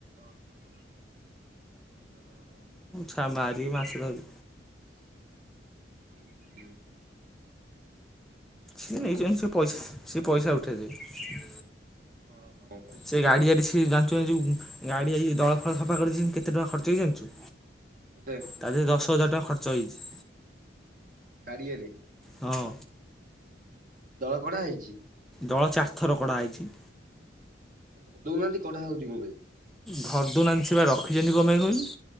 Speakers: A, on the right (about 45°); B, in the centre.
A: ଅହ ଧଇଲ ଭଲ ହୁଅତି।
B: ତା ମାରି ମାସେ ରହିବି।
A: ଉୁଁ ହୁଁ।
B: ସେ
A: ଆଉ
B: ନେଇଚ଼ନ୍ତି ସେ ପଇ ପଇସା ଉଠେଇଦେବେ।
A: ହଁ ହଉ।
B: ସେ ଗାଡିଆରେ ସିଏ ଜାନ୍ ଚୁଆଁ ଯୋଉ ଗାଡି ଆଜି ଦଳ ଫଳ ସଫା କରିଛନ୍ତି କେତେ ଟଙ୍କା ଖର୍ଚ୍ଚ ହେଇ ଜାନିଚୁ?
A: କେତେ?
B: ତାଧିରେ ଦଶ ହଜାର ଟଙ୍କା ଖର୍ଚ୍ଚ ହେଇଚ଼ି।
A: ଗାଡ଼ିଆରେ?
B: ହଁ।
A: ଦଳ କଢା ହେଇଚ଼ି?
B: ଦଳ ଚାରି ଥର କଢା ହେଇଚ଼ି।
A: ଆଉ ଧରି ଦଉନାଆନ୍ତି କଢା ହଉଚ଼ି କଁ ପାଇଁ?
B: ଧର୍ ଦଉନାହାନ୍ତି ସେ ବା ରଖିଚ଼ନ୍ତି କଁ ପାଇଁ କଇଲୁ?